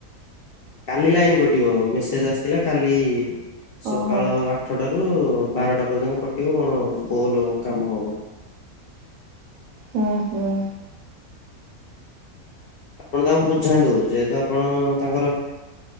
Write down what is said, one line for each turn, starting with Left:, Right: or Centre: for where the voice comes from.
Left: କାଲି ଲାଇନ କଟିବ ମେସେଜ ଆସିଥିଲା କାଲି ସକାଳ
Right: ଓହୋ
Left: ଆ ଆଠଟାରୁ ବାରଟା ପର୍ଯ୍ୟନ୍ତ କଟିବ କଣ ପୋଲ କାମ ହବ।
Right: ହୁଁ ହୁଁ।
Left: ଆପଣ ତାଙ୍କୁ ବୁଝାନ୍ତୁ ଯେହେତୁ ଆପଣ ତାଙ୍କର